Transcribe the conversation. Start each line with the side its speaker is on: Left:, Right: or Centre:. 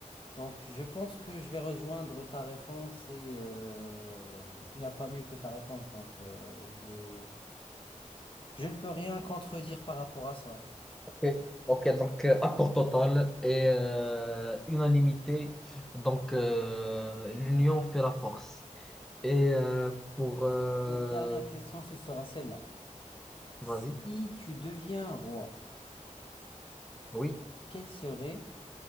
Left: Donc je pense que je vais rejoindre ta réponse et euh, il n'y a pas mieux que ta réponse. Donc euh, je, je ne peux rien contredire par rapport à ça.
Centre: Ok, Ok, donc euh, accord total et euh, unanimité. Donc, euh, l'union fait la force. Et euh, pour... euh,
Left: Notre dernière question, ce sera celle-là.
Centre: vas-y,
Left: Si tu deviens roi,
Centre: oui.
Left: quelle serait